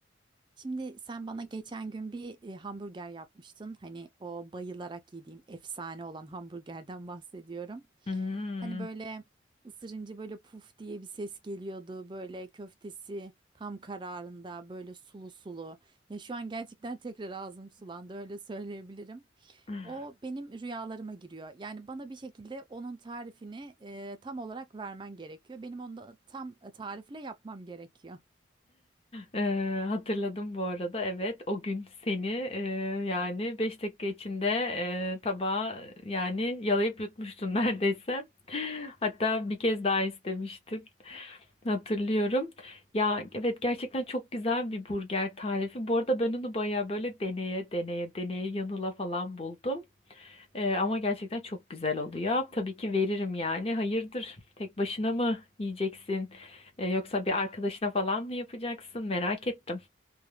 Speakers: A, on the right; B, on the left.
A: Şimdi sen bana geçen gün bir e, hamburger yapmıştın. Hani o bayılarak yediğim efsane olan hamburgerden <laughs> bahsediyorum.
B: Hmm.
A: Hani böyle ısırınca böyle puf diye bir ses geliyordu. Böyle köftesi tam kararında böyle sulu sulu. Ya şu an gerçekten tekrar ağzım sulandı öyle söyleyebilirim.
B: <laughs>
A: O benim rüyalarıma giriyor. Yani bana bir şekilde onun tarifini e, tam olarak vermen gerekiyor. Benim onu da tam e, tarifle yapmam gerekiyor.
B: Eee, hatırladım bu arada evet o gün seni eee, yani 5 dakika içinde eee, tabağa yani yalayıp yutmuştun <laughs> neredeyse. Hatta bir kez daha istemiştin hatırlıyorum. Ya evet gerçekten çok güzel bir burger tarifi. Bu arada ben onu baya böyle deneye deneye deneye yanıla falan buldum. Ee, ama gerçekten çok güzel oluyor. Tabii ki veririm yani. Hayırdır? Tek başına mı yiyeceksin? Ee, yoksa bir arkadaşına falan mı yapacaksın? Merak ettim.